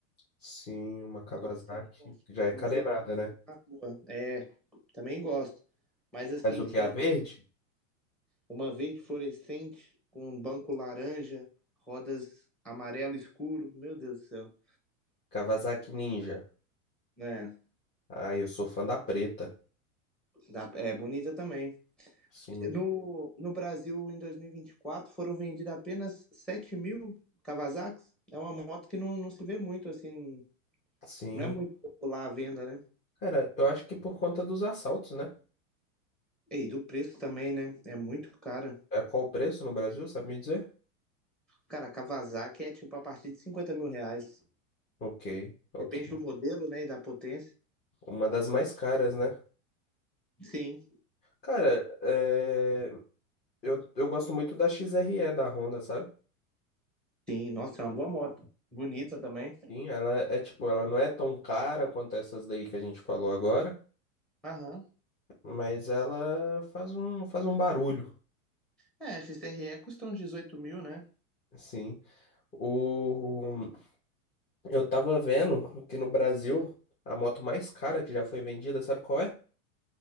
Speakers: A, on the left (about 25°); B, in the centre.
A: Sim, uma Kawasaki.
B: porque você não,
A: que Já é
B: não
A: carenada,
B: vê muito
A: né?
B: na rua. É, também gosto. Mas assim,
A: Mas o que
B: você
A: é a
B: não
A: verde?
B: vê uma verde fluorescente com um banco laranja, rodas amarelo escuro, meu Deus do céu.
A: Kawasaki Ninja.
B: É,
A: Ah, eu sou fã da preta.
B: dá- é bonita também.
A: Sim.
B: No, no Brasil, em 2024, foram vendidas apenas 7 mil Kawasaki's. É uma moto que não, não se vê muito, assim,
A: Sim.
B: não é muito popular a venda, né?
A: Cara, eu acho que por conta dos assaltos, né?
B: E do preço também, né? É muito cara.
A: É qual o preço no Brasil, sabe me dizer?
B: Cara, a Kawasaki é tipo a partir de 50 mil reais.
A: Ok, ok.
B: Depende do modelo, né? E da potência.
A: Uma das mais caras, né?
B: Sim,
A: Cara, é, eu, eu gosto muito da XRE da Honda, sabe?
B: sim. Nossa, é uma boa moto. Bonita também.
A: Sim, ela é é, tipo, ela não é tão cara quanto essas daí que a gente falou agora,
B: Aham.
A: mas ela faz um, faz um barulho,
B: É, a XRE custa uns 18 mil, né?
A: assim. O, eu tava vendo que no Brasil, a moto mais cara que já foi vendida, sabe qual é?